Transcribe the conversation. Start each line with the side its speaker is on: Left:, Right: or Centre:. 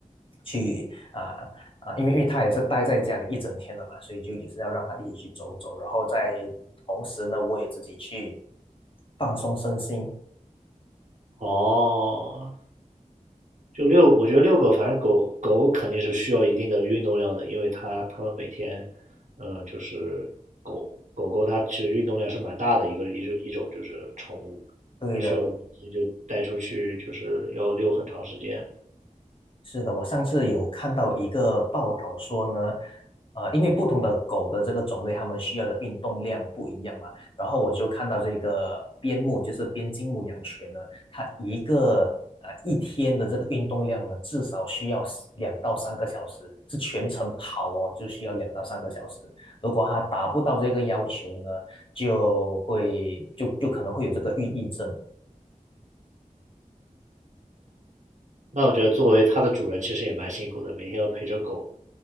Left: 去啊啊、因为因为它也是待在家里一整天了嘛，所以就也是要让它一起去走走，然后在同时呢，我也自己去放松身心，
Right: 哦，就遛，我觉得遛狗，反正狗狗肯定是需要一定的运动量的，因为它它们每天，呃，就是狗狗狗它其实运动量是蛮大的一个一种一种就是宠物，
Left: 对的。
Right: 它需要也就带出去就是要遛很长时间。
Left: 是的，我上次有看到一个报道说呢，呃，因为不同的狗的这个种类，它们需要的运动量不一样嘛。然后我就看到这个边牧，就是边境牧羊犬呢，它一个啊呃一天的这个运动量呢，至少需要两到三个小时，是全程跑哦，就需要两到三个小时。如果它达不到这个要求呢，就会就就可能会有这个抑郁症。
Right: 那我觉得作为它的主人其实也蛮辛苦的，每天要陪着狗